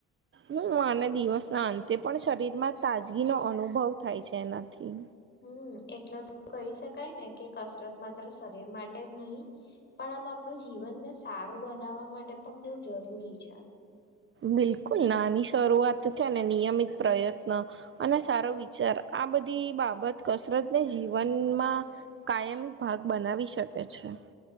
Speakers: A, on the right; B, on the left.
A: હું, અને દિવસના અંતે, પણ શરીરમાં તાજગી નો અનુભવ થાય છે, એનાથી.
B: હમ એટલે તો કહી શકા, ય ને કે કસરત માત્ર શરીર માટે માટે જ નહી, પણ આમ આપણું જીવનને સારું બનાવવા માટે પણ બહુ જરૂરી છે
A: બિલકુલ નાની શરૂઆત છેને, નિયમિત પ્રયત્ન અને સારો વિચાર આ બધી બાબત કસરતને, જીવનમાં કાયમી ભાગ બનાવી શકે છે હ